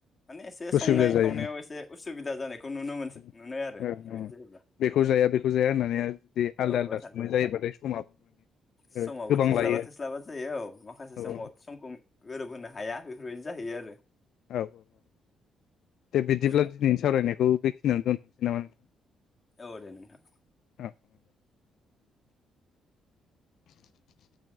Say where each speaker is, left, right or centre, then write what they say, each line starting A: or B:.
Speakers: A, on the left (about 30°); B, on the left (about 75°).
A: माने एसे संनाय
B: उसुबिदा जायो
A: खावनायाव एसे उसुबिदा जानायखौ नुनो मोनसो
B: ओ
A: मोनो आरो बेफोरबायदि
B: औ
A: जायोब्ला
B: बेखौ
A: औ
B: जाया बेखौ जाया होननानै जुदि आलदा
A: औ
B: आलदा
A: औ थारैनो
B: संनाय जायोबाथाय समाबो माने
A: समावबो
B: गोबां
A: थोस्लाबा
B: लायो
A: थोस्लाबा जायो औ माखासे
B: औ
A: समाव समखौ गोरोबहोनो हाया बेफोरबायदि जाहैयो आरो
B: औ औ औ दे बिदिब्ला
A: थारैनो
B: दिनैनि सावरायनायखौ बेखिनियावनो दोनथ'नोसै नामा
A: औ दे नोंथां
B: औ <inaudible>